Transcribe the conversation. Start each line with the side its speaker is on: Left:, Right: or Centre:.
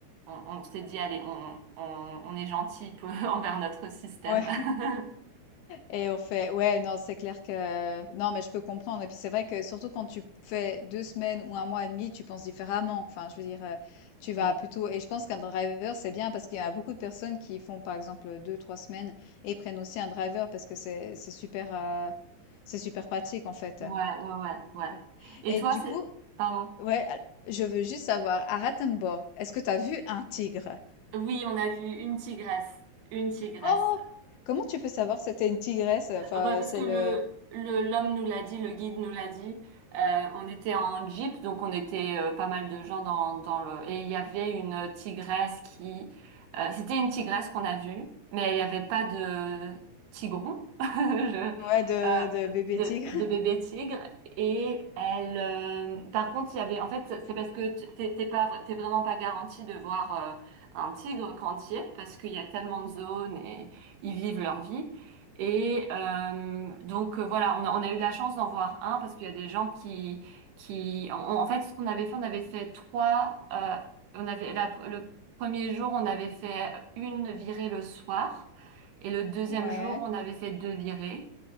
Right: on on s'est dit, allez, on, on, on est gentil peu <laughs> envers notre système.
Left: Ouais.
Right: <laughs>
Left: Et on fait, ouais, non, c'est clair que, non, mais je peux comprendre. Et puis c'est vrai que surtout quand tu fais deux semaines ou un mois et demi, tu penses différemment. Enfin, je veux dire, euh, tu vas
Right: Mm.
Left: plutôt, et je pense qu'un driver, c'est bien parce qu'il y a beaucoup de personnes qui font, par exemple, deux, trois semaines et prennent aussi un driver parce que c'est, c'est super, euh, c'est super pratique, en fait.
Right: Ouais, ouais, ouais,
Left: Donc,
Right: ouais. Et
Left: Et
Right: toi,
Left: du
Right: c'est...
Left: coup,
Right: Pardon.
Left: ouais, al- je veux juste savoir, à Ratenborg, est-ce que tu as vu un tigre?
Right: Oui, on a vu une tigresse. Une tigresse.
Left: Oh! Comment tu peux savoir si c'était une tigresse? Enfin,
Right: Ah bah parce
Left: c'est
Right: que le,
Left: le,
Right: le- l'homme nous l'a dit, le guide nous l'a dit. Euh, on était en jeep, donc on était euh, pas mal de gens dans, dans le... Et il y avait une tigresse qui... euh, c'était une tigresse qu'on a vue, mais il n'y avait pas de tigron, <laughs> je-
Left: ouais, de,
Right: euh,
Left: de bébé
Right: de,
Left: tigre.
Right: de bébé tigre. Et elle... euh, par contre, il y avait... En fait, c'est parce que t- t'es t'es pas, t'es vraiment pas garanti de voir euh, un tigre quand tu y es, parce qu'il y a tellement de zones et ils vivent leur vie. Et euh, donc euh, voilà, on a, on a eu de la chance d'en voir un parce qu'il y a des gens qui qui en, en fait ce qu'on avait fait, on avait fait trois. euh, on avait la- le premier jour, on avait fait une virée le soir et le deuxième
Left: Ouais,
Right: jour, on avait fait deux virées.